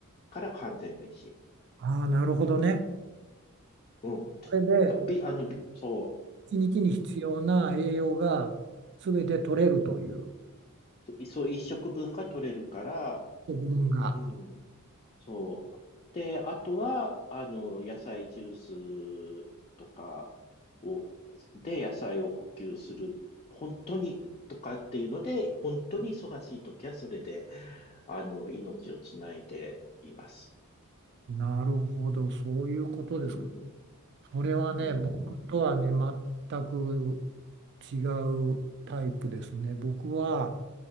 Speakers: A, on the left (about 30°); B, on the right (about 50°).
A: から完全飯。
B: ああ、なるほどね。
A: うん。
B: それで、
A: だ、び、あの、びそ
B: 一日に必要な栄養が全て取れるという、
A: う、いそう、一食分が取れるから、
B: 節分が。
A: うん、そう。で、あとは、あの、野菜ジュースとかを、で、野菜を補給する。本当に、とかっていうので、本当に忙しい時はそれで、あの、命をつないでいます。
B: なるほど、そういうことですか。
A: うん、
B: それはね、
A: うん。
B: 僕とはね、全く違うタイプですね。僕は、